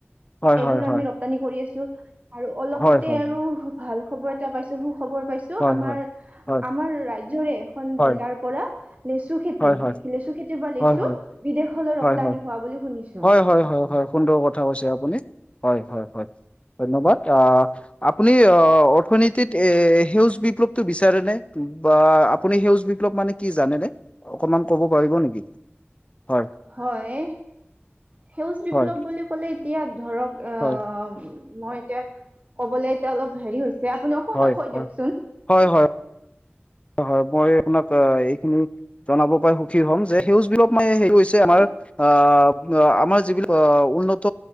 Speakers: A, on the left; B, on the right.
A: হয়
B: এইবোৰ
A: হয়
B: আমি
A: হয়
B: ৰপ্তানি কৰি আছো। আৰু অলপতে
A: হয় হয়
B: আৰু ভাল খবৰ এটা পাইছো সুখ খবৰ পাইছো,
A: হয়
B: আমাৰ-আমাৰ
A: হয় হয় হয়
B: ৰাজ্যৰে এখন
A: হয়
B: জিলাৰ পৰা লেচুখেতি
A: হয় হয় হয় হয় হয়
B: লেচু খেতিৰ পৰা লেচু
A: হয় হয়
B: বিদেশলৈ
A: হয়
B: ৰপ্তানি
A: হয়
B: হোৱা বুলি শুনিছো।
A: হয় হয় হয় হয়। সুন্দৰ কথা কৈছে আপুনি। হয় হয় হয়। ধন্যবাদ আ-আপুনি অৰ্থনীতিত। এ সেউজ বিপ্লৱটো বিচাৰে নে? বা আপুনি সেউজ বিপ্লৱ মানে কি জানেনে? অকমান। ক'ব পাৰিব নেকি? হয়
B: হয়। সেউজ বিপ্লৱ
A: হয়
B: বুলি ক'লে এতিয়া ধৰক, আ।
A: হয়
B: মই এতিয়া ক'বলে এতিয়া অলপ হেৰি হৈছে, আপুনি অকনমান
A: হয়
B: কৈ
A: হয়
B: দিয়কচোন।
A: হয় হয় হয় মই আপোনাক এইখিনি জনাব পাই সুখী হ'ম যে, সেউজ বিপ্লৱ মানে সেইটো হৈছে আমাৰ
B: হয়
A: আহ আমাৰ যিবিলাক উন্নত